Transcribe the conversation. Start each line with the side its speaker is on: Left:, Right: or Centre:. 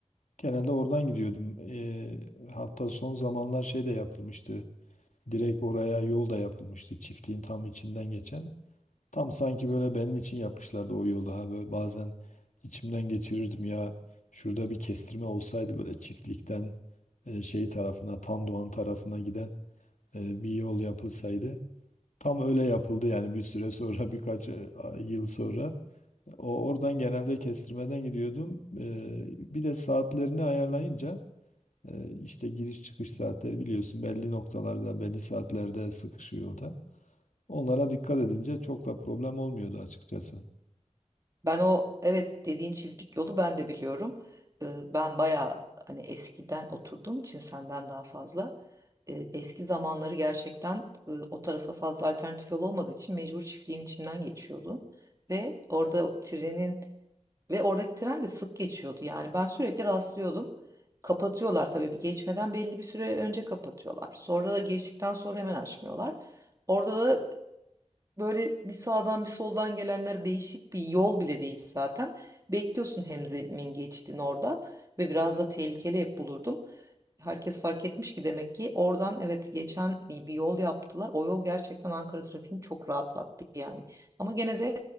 Left: Genelde oradan gidiyordum. Eee, hatta son zamanlar şey de yapılmıştı. Direkt oraya yol da yapılmıştı. Çiftliğin tam içinden geçen. Tam sanki böyle benim için yapmışlardı o yolu. Ha böyle bazen içimden geçirirdim ya. Şurada bir kestirme olsaydı böyle çiftlikten eee, şey tarafına, Tandoğan tarafına giden eee, bir yol yapılsaydı. Tam öyle yapıldı yani bir süre sonra <laughs> birkaç e, a- yıl sonra. O oradan genelde kestirmeden gidiyordum. Eee, bir de saatlerini ayarlayınca ee, işte giriş çıkış saatleri biliyorsun belli noktalarda, belli saatlerde sıkışıyor o da. Onlara dikkat edince çok da problem olmuyordu açıkçası.
Right: Ben o evet dediğin çiftlik yolu ben de biliyorum. Ee, ben bayağı hani eskiden oturduğum için senden daha fazla e, eski zamanları gerçekten e, o tarafa fazla alternatif yol olmadığı için mecbur çiftliğin içinden geçiyordun. Ve orada o trenin Ve oradaki tren de sık geçiyordu. Yani ben sürekli rastlıyordum. Kapatıyorlar tabii bir geçmeden belli bir süre önce kapatıyorlar. Sonra da geçtikten sonra hemen açmıyorlar. Orada da böyle bir sağdan bir soldan gelenler değişik bir yol bile değil zaten. Bekliyorsun Hemzem'in geçtiğini orada ve biraz da tehlikeli hep bulurdum herkes fark etmiş ki demek ki oradan evet geçen bir yol yaptılar. O yol gerçekten Ankara trafiğini çok rahatlattı yani. Ama gene de